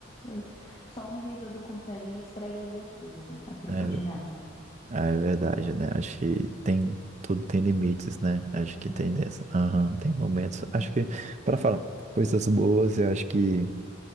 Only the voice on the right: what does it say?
é,
é verdade, né? Acho que tem tudo tem limites, né?
Acho
que tem dessa. Aham, tem momentos.
Acho que para falar coisas boas, eu acho que